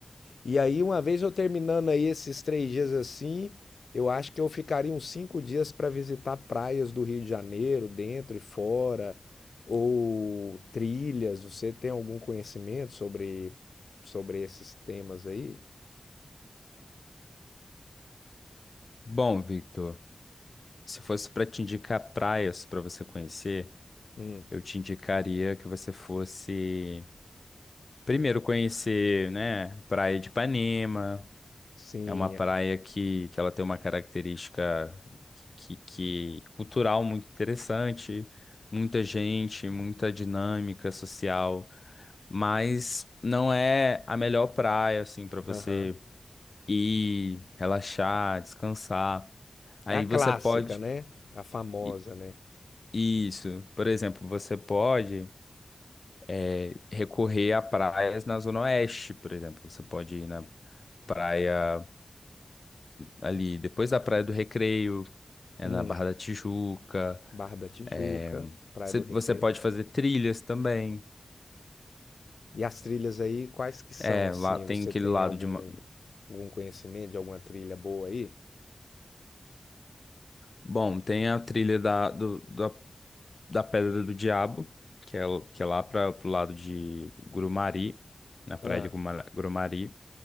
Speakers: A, on the left (about 80°); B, on the left (about 55°).
A: E aí, uma vez eu terminando aí esses três dias assim, eu acho que eu ficaria uns cinco dias para visitar praias do Rio de Janeiro, dentro e fora, ou trilhas. Você tem algum conhecimento sobre, sobre esses temas aí?
B: bom, Victor, se fosse para te indicar praias para você conhecer,
A: Hum,
B: eu te indicaria que você fosse primeiro conhecer, né, Praia de Ipanema.
A: sim,
B: É uma praia
A: é,
B: que, que ela tem uma característica que, que cultural muito interessante, muita gente, muita dinâmica social, mas não é a melhor praia assim para você
A: aham.
B: ir, relaxar, descansar. Aí
A: É a clássica,
B: você pode
A: né? A famosa,
B: i-
A: né?
B: isso, por exemplo, você pode eh, recorrer a praias na Zona Oeste, por exemplo, você pode ir na praia ali depois da Praia do Recreio, é
A: Hum,
B: na Barra da Tijuca.
A: Barra da Tijuca,
B: é,
A: Praia
B: cê-
A: do Recreio.
B: Você pode fazer trilhas também.
A: E as trilhas aí, quais que são
B: É,
A: assim?
B: lá tem
A: Você
B: aquele
A: tem
B: lado
A: algum,
B: de. Ma-
A: algum conhecimento de alguma trilha boa aí?
B: Bom, tem a trilha da, do, da, da Pedra do Diabo, que é, o- que é lá para pro lado de Grumari, na praia
A: Ah,
B: de Gruma- Grumari.